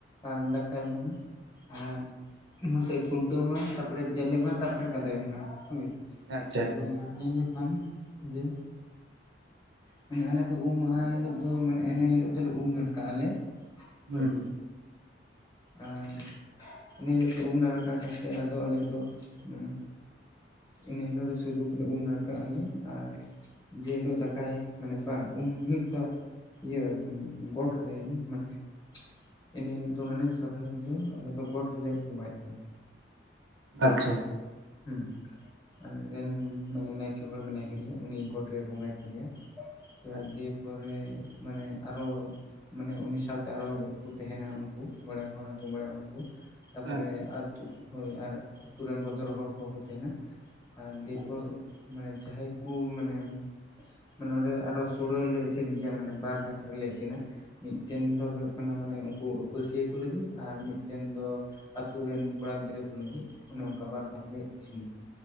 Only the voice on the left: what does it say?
ᱟᱨ ᱫᱟᱠᱟᱭ ᱢᱟᱦᱟ ᱟᱨ ᱱᱚᱛᱮ ᱠᱷᱩᱱᱴᱟᱹᱣ ᱢᱟᱦᱟ ᱛᱟᱯᱚᱨᱮ ᱡᱟᱞᱮ ᱢᱟᱦᱟ ᱛᱟᱯᱚᱨᱮ ᱜᱟᱫᱚᱭ ᱢᱟᱦᱟ ᱦᱳᱭ
ᱛᱚ ᱧᱮᱞ ᱞᱮᱠᱷᱟᱱ ᱡᱮ ᱦᱮᱸ ᱟᱞᱮ ᱫᱚ ᱩᱢ ᱢᱟᱦᱟ ᱦᱤᱞᱳᱜ ᱫᱚ ᱢᱟᱱᱮ ᱮᱱᱮ ᱦᱤᱞᱳᱜ ᱫᱚᱞᱮ ᱩᱢ ᱱᱟᱲᱠᱟᱜ ᱟᱞᱮ
ᱦᱳᱭ ᱟᱨ ᱤᱱᱟᱹ ᱦᱤᱞᱳᱜ ᱫᱚ ᱩᱢ ᱱᱟᱲᱠᱟ ᱠᱟᱛᱮᱫ ᱟᱫᱚ ᱟᱞᱮᱫᱚ ᱢᱟᱱᱮ ᱤᱱᱟᱹ ᱦᱤᱞᱳᱜ ᱫᱚ ᱥᱩᱫᱷᱩ ᱜᱮᱞᱮ ᱩᱢ ᱱᱟᱲᱠᱟᱜ ᱟᱞᱮ ᱟᱨ ᱡᱮ ᱦᱤᱞᱳᱜ ᱫᱟᱠᱟᱭ ᱢᱟᱱᱮ ᱵᱟᱝ ᱩᱱ ᱢᱤᱢᱤᱫ ᱴᱚᱲ ᱤᱭᱟᱹ ᱢᱟᱱᱮ ᱜᱚᱴ ᱨᱮᱧ ᱢᱟᱱᱮ ᱤᱱᱟᱹ ᱦᱤᱞᱳᱜ ᱫᱚ ᱢᱟᱱᱮ ᱥᱚᱨᱦᱟᱭ ᱨᱮᱫᱚ ᱟᱞᱮᱫ ᱫᱚ ᱜᱚᱴ ᱨᱮᱞᱮ ᱵᱚᱸᱜᱟᱭᱮᱫ ᱛᱟᱦᱮᱱᱟ
ᱦᱩᱸ ᱟᱞᱮᱨᱮᱱ ᱢᱟᱱᱮ ᱱᱟᱭᱠᱮ ᱦᱚᱲ ᱢᱮᱱᱟᱭ ᱠᱟᱫᱮᱭᱟ ᱩᱱᱤ ᱜᱚᱴ ᱨᱮᱭ ᱵᱚᱸᱜᱟᱭ ᱜᱮᱭᱟ ᱛᱚ
ᱜᱮᱯᱚᱨᱮ ᱢᱟᱱᱮ ᱟᱨᱚ ᱢᱟᱱᱮ ᱩᱱᱤ ᱥᱟᱶᱛᱮ ᱟᱨᱚ ᱠᱚ ᱛᱟᱦᱮᱱᱟ ᱩᱱᱠᱩ ᱢᱚᱬᱮ ᱦᱚᱲ ᱟᱛᱩ ᱢᱚᱮ ᱦᱚᱲ ᱠᱚ ᱛᱟᱨᱯᱚᱨᱮ
ᱟᱹᱛᱩ ᱦᱳᱭ ᱟᱨ ᱟᱹᱛᱩ ᱨᱮᱱ ᱵᱚᱫᱽᱨᱚ ᱦᱚᱲ ᱠᱚᱦᱚᱸ ᱠᱚ ᱛᱟᱦᱮᱱᱟ ᱟᱨ ᱫᱤᱭᱮᱯᱚᱨ
ᱢᱟᱱᱮ ᱡᱟᱦᱟᱸᱟᱸᱦᱟᱭ ᱠᱚ ᱢᱟᱱᱮ ᱢᱟᱱᱮ ᱱᱚᱸᱰᱮ ᱟᱨᱚ ᱥᱳᱲᱟ ᱞᱮ ᱤᱥᱤᱱ ᱜᱮᱭᱟ ᱢᱟᱱᱮ ᱵᱟᱨ ᱵᱷᱟᱜᱽ ᱨᱮᱞᱮ ᱤᱥᱤᱱᱟ ᱢᱤᱫᱴᱮᱱ ᱫᱚ ᱦᱩᱭᱩᱜ ᱠᱟᱱᱟ ᱢᱟᱱᱮ ᱦᱩᱭᱚᱜ ᱠᱟᱱᱟ ᱢᱟᱱᱮ ᱩᱱᱠᱩ ᱯᱟᱹᱥᱤᱭᱟᱹ ᱠᱚ ᱞᱟᱹᱜᱤᱫ ᱟᱨ ᱢᱤᱫᱴᱮᱱ ᱫᱚ ᱟᱛᱩᱨ ᱨᱮᱱ ᱠᱚᱲᱟ ᱜᱤᱫᱽᱨᱟᱹᱠᱩ ᱞᱟᱹᱜᱤᱫ ᱚᱱᱮ ᱚᱱᱠᱟ ᱵᱟᱨ ᱵᱷᱟᱟᱜᱞ ᱤᱥᱤᱱᱟ